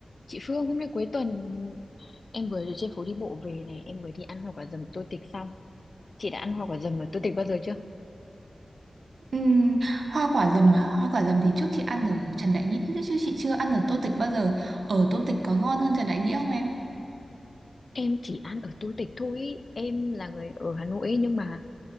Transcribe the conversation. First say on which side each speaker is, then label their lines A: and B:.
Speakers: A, on the left; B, on the right.
A: Chị Phương hôm nay cuối tuần em vừa ở trên phố đi bộ về này, em vừa đi ăn hoa quả dầm Tô Tịch xong. Chị đã ăn hoa quả dầm ở Tô Tịch bao giờ chưa?
B: Ừm, hoa quả dầm à? Hoa quả dầm thì trước chị ăn ở Trần Đại Nghĩa chứ chứ chị chưa ăn ở Tô Tịch bao giờ. Ở Tô Tịch có ngon hơn Trần Đại Nghĩa không em?
A: Em chỉ ăn ở Tô Tịch thôi. ý. Em là người ở Hà Nội nhưng mà